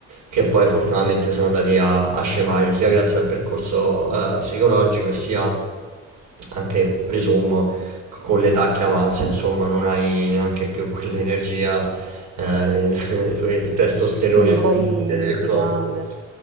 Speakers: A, on the right; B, on the right.
A: che poi fortunatamente sono andati a, a scemare sia grazie al percorso eh, psicologico sia anche presumo c- con l'età che avanza, insomma, non hai neanche più quell'energia, eh, il, <laughs> quel testosterone
B: Sì,
A: a
B: poi
A: mille del
B: si
A: corpo.
B: cambia.